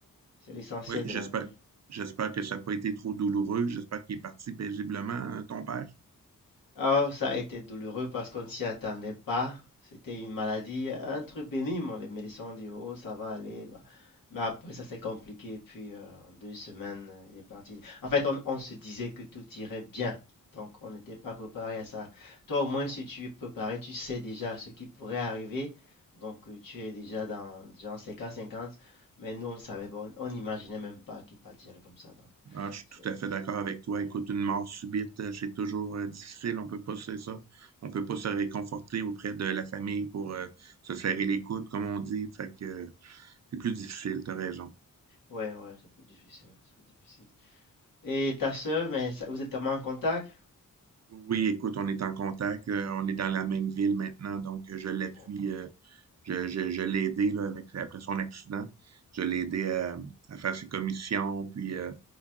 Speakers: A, on the left; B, on the right.
A: C'est l'essentiel
B: Oui,
A: de
B: j'espère.
A: la vie.
B: J'espère que ça n'a pas été trop douloureux. J'espère qu'il est parti paisiblement, hein, ton père.
A: Alors, ça a été douloureux parce qu'on ne s'y attendait pas. C'était une maladie, un truc bénin. Les médecins ont dit, oh, ça va aller. Bah, mais après, ça s'est compliqué. Et puis, euh, en deux semaines, euh, il est parti. En fait, on, on se disait que tout irait bien. Donc, on n'était pas préparé à ça. Toi, au moins, si tu es préparé, tu sais déjà ce qui pourrait arriver. Donc, euh, tu es déjà dans genre cinquante 50 Mais nous, on ne savait pas. On on n'imaginait même pas qu'il partirait comme ça. Donc,
B: Ah, je suis
A: ça,
B: tout à
A: c'est-
B: fait d'accord avec toi.
A: ouais.
B: Écoute, une mort subite, euh, c'est toujours euh, difficile. On peut pas, c'est ça. On peut pas se réconforter auprès de la famille pour euh, se serrer les coudes, comme on dit. Fait que euh, c'est plus difficile, t'as raison.
A: Ouais, ouais, c'est plus difficile, c'est plus difficile. Et ta sœur, mais ça- vous êtes comment en contact?
B: Oui, oui, écoute, on est en contact. euh, on est dans la même ville maintenant, donc euh, je
A: Ok.
B: l'appuie. euh, je, je, je l'ai aidé là, avec, après son accident. Je l'ai aidé à, à faire ses commissions, puis euh,